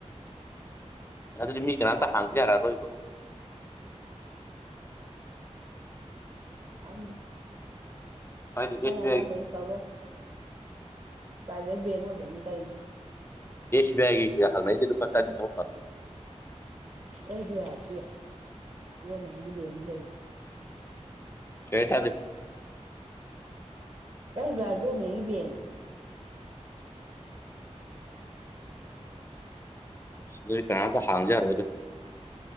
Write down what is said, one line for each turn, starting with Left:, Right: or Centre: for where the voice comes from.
Left: ꯑꯗꯨꯗꯤ ꯃꯤ ꯀꯅꯥꯝꯇ ꯍꯥꯡꯖꯔꯛꯑꯔꯣꯏꯕꯣ
Right: ꯈꯗ
Left: ꯁ꯭ꯋꯥꯏꯗ
Right: ꯈꯂ
Left: ꯑꯦꯁ ꯕꯤ
Right: ꯀꯥꯟꯗꯗꯤ
Left: ꯑꯥꯏꯒꯤ
Right: ꯀꯥꯎꯂꯣ ꯄ꯭ꯔꯥꯏꯚꯦꯠ ꯕꯦꯡ ꯑꯣꯏꯕꯩꯅꯤ ꯀꯩ
Left: ꯏꯁ ꯕꯒꯒꯤ ꯍꯥꯆꯗꯨ ꯄꯁꯥꯔꯁꯧꯦ
Right: ꯑꯦꯕꯤ ꯌꯥꯗꯤ ꯃꯒꯤꯗꯤꯗꯜꯂꯤ
Left: ꯆꯩꯦ ꯊꯗ
Right: ꯑꯦꯁ ꯒꯣ ꯃꯒꯤ ꯌꯥꯅꯦ
Left: ꯑꯗꯨꯗꯤ ꯀꯅꯥꯝꯇ ꯍꯥꯡꯖꯔꯣꯏꯗꯣ